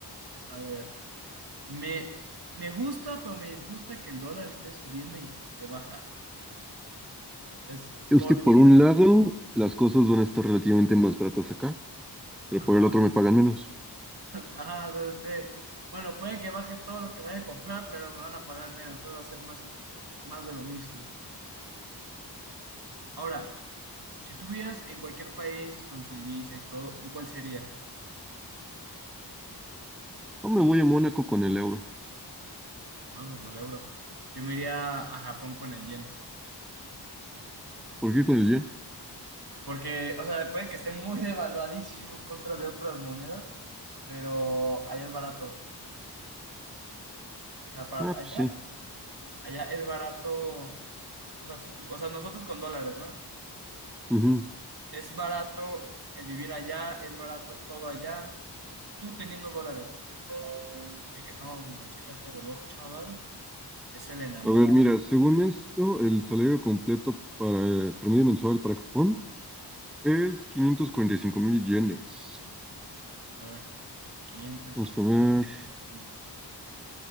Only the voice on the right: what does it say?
A ver, me, me gusta, pero me disgusta que el dólar esté subiendo y que esté bajando. Es
porque.
Ajá.
Ajá, o sea, este, Bueno, puede que baje todo lo que vaya a comprar, pero me van a pagar menos. Entonces va a ser más, más de lo mismo. Ahora, si tú vivieras en cualquier país con su divisa y todo, ¿en cuál sería?
Bueno, con el euro. Yo me iría a Japón con el yen.
Porque, o sea, puede que esté muy <laughs> devaluadísimo en contra de otras monedas, pero allá es barato. O sea, para
allá,
allá es barato. O sea, si tú, o sea, nosotros con dólares, ¿no?
Es barato el vivir allá, es barato todo allá. Tú teniendo dólares. Checa, no, hombre, checa este reloj, chaval. Ese le enamora.
A ver, quinientos
cinco